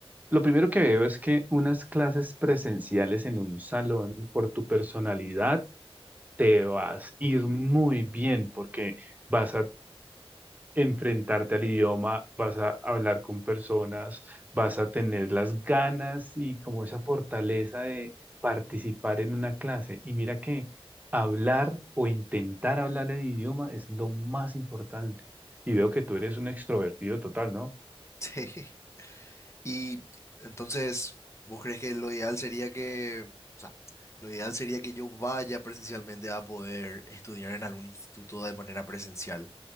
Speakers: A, on the right; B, on the left.
A: lo primero que veo es que unas clases presenciales en un salón, por tu personalidad, te vas a ir muy bien porque vas a enfrentarte al idioma, vas a hablar con personas, vas a tener las ganas y como esa fortaleza de participar en una clase. Y mira que hablar o intentar hablar el idioma es lo más importante. Y veo que tú eres un extrovertido total, ¿no?
B: Sí. Y entonces, ¿vos crees que lo ideal sería que, o sea, lo ideal sería que yo vaya presencialmente a poder estudiar en algún instituto de manera presencial,